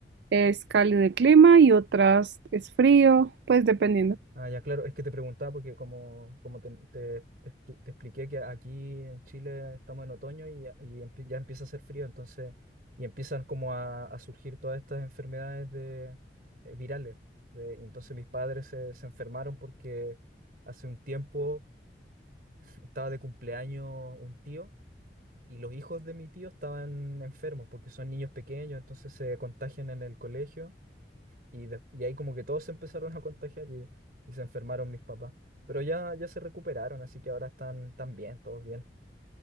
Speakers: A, on the right (about 70°); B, on the right (about 55°).
A: es cálido el clima y otras es frío, pues dependiendo.
B: Ah, ya, claro, es que te preguntaba porque como, como te, te- te expli- te expliqué que aquí en Chile estamos en otoño y, ya y empie- ya empieza a hacer frío, entonces, y empiezan como a, a surgir todas estas enfermedades de, eh, virales. de- y entonces mis padres se, se enfermaron porque hace un tiempo estaba de cumpleaños un tío y los hijos de mi tío estaban enfermos porque son niños pequeños, entonces se contagian en el colegio y, de- y ahí como que todos se empezaron a contagiar y, y se enfermaron mis papás. Pero ya, ya se recuperaron, así que ahora están, están bien, todos bien.